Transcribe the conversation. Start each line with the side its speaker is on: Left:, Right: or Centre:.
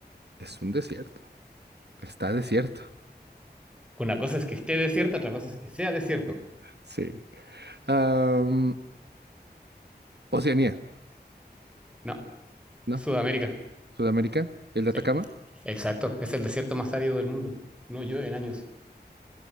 Right: es un desierto. Está desierto.
Centre: Una cosa es que esté desierto, otra cosa es que sea desierto.
Right: Sí. Am, Oceanía,
Centre: No,
Right: ¿no?
Centre: Sudamérica.
Right: Sudamérica, el de
Centre: Sí,
Right: Atacama.
Centre: exacto. Es el desierto más árido del mundo. No llueve en años.